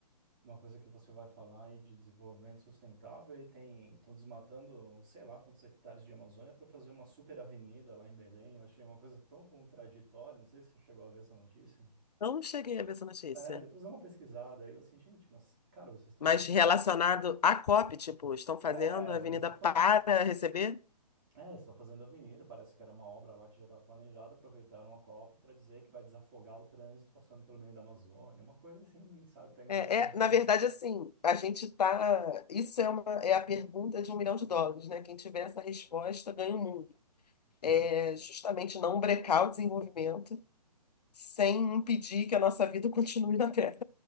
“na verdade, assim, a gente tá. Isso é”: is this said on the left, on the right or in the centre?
Left